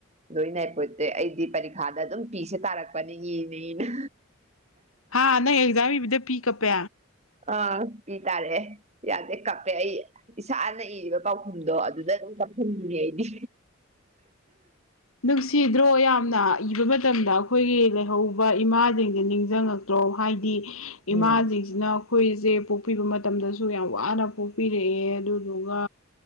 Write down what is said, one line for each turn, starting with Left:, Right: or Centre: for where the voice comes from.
Right: ꯂꯣꯏꯅ ꯑꯩꯄꯣꯠꯇꯦ ꯑꯩꯗꯤ ꯄꯔꯤꯈꯥꯗ ꯑꯗꯨꯝ ꯄꯤꯁꯦ ꯇꯥꯔꯛꯄꯅꯦ ꯌꯦꯡꯉꯦꯅ
Left: ꯍꯥ ꯅꯪ ꯑꯦꯛꯖꯥꯝ ꯏꯕꯤꯗ ꯄꯤ ꯀꯞꯄꯦ
Right: ꯑꯥ ꯏ ꯇꯥꯔꯦ ꯌꯥꯗꯦ ꯀꯞꯄꯦ ꯑꯩ ꯏꯁꯥꯅ ꯏꯔꯤꯕ ꯄꯥꯎꯈꯨꯝꯗꯣ ꯑꯗꯨꯗ ꯑꯗꯨꯝ ꯆꯥꯁꯤꯟꯅꯦ ꯑꯩꯗꯤ
Left: ꯅꯨꯡꯁꯤꯗ꯭ꯔꯣ ꯌꯥꯝꯅ ꯏꯕ ꯃꯇꯝꯗ ꯑꯩꯈꯣꯏꯒꯤ ꯂꯩꯍꯧꯕ ꯏꯃꯥꯁꯤꯡꯁꯦ ꯅꯤꯡꯁꯤꯡꯉ ꯇ꯭ꯔꯣ ꯍꯥꯏꯗꯤ ꯏꯃꯥꯁꯤꯡꯁꯤꯅ
Right: ꯎꯝ
Left: ꯑꯩꯈꯣꯏꯁꯦ ꯄꯣꯛꯄꯤꯕ ꯃꯇꯝꯗꯁꯨ ꯌꯥꯝ ꯋꯥꯅ ꯊꯣꯛꯣꯛꯄꯤꯔꯛꯑꯦ ꯑꯗꯨꯗꯨꯒ